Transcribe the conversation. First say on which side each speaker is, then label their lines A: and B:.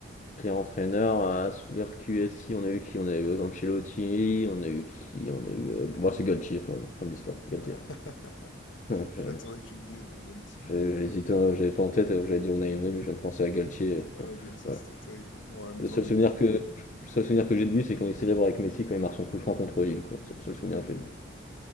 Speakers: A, on the left; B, on the left.
A: Pire entraîneur, euh, sous l'ère QSI, on a eu qui? On a eu Ancelotti, on a eu qui? On a eu. euh, Bon, c'est Galtier, voilà, fin de l'histoire. Galtier.
B: Ouais. <laughs>
A: <laughs>
B: J'attendais
A: J'ai
B: que tu le dises, moi, Galtier.
A: j'ai- j'ai hésité, hein, j'avais pas en tête, euh, j'allais dire Unai Emery, mais je viens de penser à Galtier.
B: Ah
A: <laughs>
B: non, Galtier,
A: Voilà,
B: c'était terrible. hein. Mais en même
A: Le
B: temps,
A: seul
B: le
A: souvenir
B: pauvre.
A: que, le seul souvenir que j'ai de lui, c'est quand il célèbre avec Messi quand il marque son coup franc contre Lille, quoi. C'est le seul souvenir
B: Ouais, voilà.
A: que j'ai de lui.